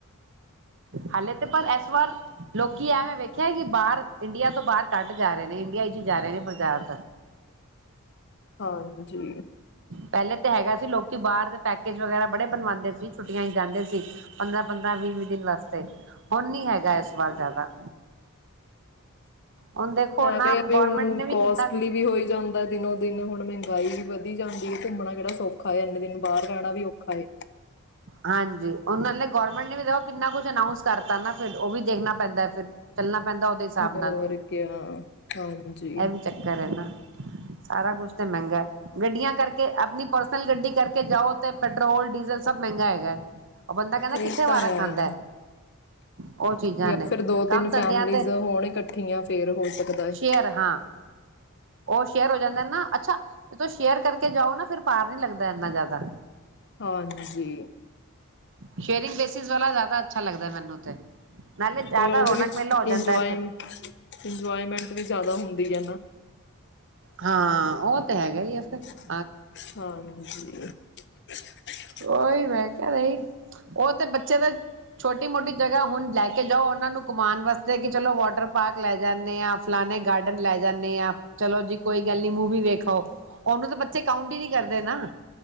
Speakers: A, on the right; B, on the left.
A: ਹਾਲ ਤੇ ਪਰ ਐਸ ਵਾਰ ਲੋਕੀ ਐਵੇਂ ਵਖੀ ਅੱਛਿਆ ਕਿ ਬਾਹਰ ਇੰਡੀਆ ਤੋਂ ਬਾਹਰ ਕੱਢ ਜਾ ਰਹੇ ਨੇ ਇੰਡੀਆ ਵਿੱਚ ਜਾ ਰਹੇ ਨੇ ਪੰਜਾਬ
B: ਹਾਂਜੀ
A: ਪਹਿਲਾਂ ਤੇ ਹੈਗਾ ਸੀ ਲੋਕੀ ਬਾਹਰ ਦੇ ਪੈਕ ਵਗੈਰਾ ਬੜੇ ਬਣਵਾਉਂਦੇ ਸੀ ਛੁੱਟੀਆਂ ਜਾਂਦੇ ਸੀ ਪੰਦਰਾਂ ਪੰਦਰਾਂ ਵੀਹ ਵੀਹ ਦਿਨ ਵਾਸਤੇ ਹੁਣ ਨੀ ਹੈਗਾ ਇਸ ਵਾਰ ਜ਼ਿਆਦਾ ਹੁਣ ਦੇਖੋ
B: ਐਵੇਂ
A: ਨਾ
B: ਆ ਵੀ
A: ਗੌਰਮੈਂਟ
B: ਹੁਣ
A: ਨੇ ਵੀ
B: ਕੋਸਟਲੀ
A: ਕਿੰਨਾ
B: ਵੀ ਹੋਈ ਜਾਂਦਾ ਦਿਨੋ ਦਿਨ ਹੁਣ ਮਹਿੰਗਾਈ ਵਧੀ ਜਾਂਦੀ ਹੈ ਘੁੰਮਣਾ ਕਿਹੜਾ ਸੌਖਾ ਇੰਨੇ ਦਿਨ ਬਾਹਰ ਰਹਿਣਾ ਵੀ ਔਖਾ ਹੈ।
A: ਹਾਂਜੀ ਉਹਨਾਂ ਨੇ ਗੌਰਮੈਂਟ ਨੇ ਵੀ ਦੇਖੋ ਕਿੰਨਾ ਕੁਛ ਅਨਾਊਂਸ ਕਰਤਾ ਨਾ ਫਿਰ ਉਹ ਵੀ ਦੇਖਣਾ ਪੈਂਦਾ ਫਿਰ ਚੱਲਣਾ ਪੈਂਦਾ ਉਹਦੇ ਹਿਸਾਬ
B: ਹੋਰ
A: ਨਾਲ
B: ਕਿਆ ਹਾਂਜੀ
A: ਇਹ ਵੀ ਚੱਕਰ ਹੈ ਨਾ ਸਾਰਾ ਕੁਛ ਤੇ ਮਹਿੰਗਾ ਗੱਡੀਆਂ ਕਰਕੇ ਆਪਣੀ ਪਰਸਨਲ ਗੱਡੀ ਕਰਕੇ ਜਾਓ ਤੇ ਪੈਟਰੋਲ ਡੀਜ਼ਲ ਸਭ ਮਹਿੰਗਾ ਹੈਗਾ ਹੈ। ਉਹ ਬੰਦਾ ਕਹਿੰਦਾ ਕਿੱਥੇ
B: ਇਹ
A: ਵਾਰਾ
B: ਤਾਂ ਹੈ
A: ਖਾਂਦਾ ਉਹ ਚੀਜ਼ਾਂ
B: ਜਾਂ
A: ਨੇ
B: ਫਿਰ ਦੋ
A: ਕੰਮ
B: ਤਿੰਨ
A: ਧੰਦਿਆਂ
B: ਫੈਮਲੀਜ਼
A: ਤੇ
B: ਹੋਣ ਇਕੱਠੀੀਆਂ ਫੇਰ ਹੋ ਸਕਦਾ ਹੈ
A: ਸ਼ੇਅਰ ਹਾਂ ਉਹ ਸ਼ੇਰੋ ਜਾਂਦਾ ਨਾ ਅੱਛਾ ਤੁਸੀਂ ਸ਼ੇਅਰ ਕਰਕੇ ਜਾਓ ਨਾ ਫਿਰ ਭਾਰ ਨੀ ਲੱਗਦਾ ਇੰਨਾ ਜ਼ਿਆਦਾ
B: ਹਾਂਜੀ
A: ਸ਼ੇਅਰਿੰਗ ਬੇਸਿਸ ਵਾਲਾ ਜ਼ਿਆਦਾ ਅੱਛਾ ਲੱਗਦਾ ਮੈਨੂੰ ਤੇ ਨਾਲੇ ਜ਼ਿਆਦਾ
B: ਔਰ ਉਹਦੇ
A: ਰੌਣਕ
B: ਵਿੱਚ
A: ਮੇਲਾ ਹੋ ਜਾਂਦਾ
B: ਇੰਜੋਏ
A: ਹੈ ਫਿਰ
B: ਇੰਜੋਏਮੈਂਟ ਵੀ ਜ਼ਿਆਦਾ ਹੁੰਦੀ ਵਧ ਨਾ
A: ਹਾਂ ਉਹ ਤੇ ਹੈਗਾ ਆ <unintelligible>
B: ਹਾਂਜੀ ਹੂੰ
A: ਕੋਈ ਮੈਂ ਕ ਨਹੀਂ ਉਹ ਤੇ ਬੱਚੇ ਤਾਂ ਛੋਟੀ ਮੋਟੀ ਜਗਾ ਹੁਣ ਲੈ ਕੇ ਜਾਓ ਨੂੰ ਘਮਾਨ ਵਾਸਤੇ ਚਲੋ ਵਾਟਰ ਪਾਰਕ, ਲੈ ਜਾਂੇ ਆ ਫਲਾਨ ਗਾਰਡਨ, ਲੈ ਜਾਂਦੇ ਆ ਚਲੋ ਜੀ ਕੋਈ ਗੱਲ ਨ ਮੂਵੀ, ਵੇਖੋ ਓਨੂੰ ਤਾਂ ਬੱਚੇ ਕਾਉਟ ਹੀ ਨੀ ਕਰਦੇ ਨਾ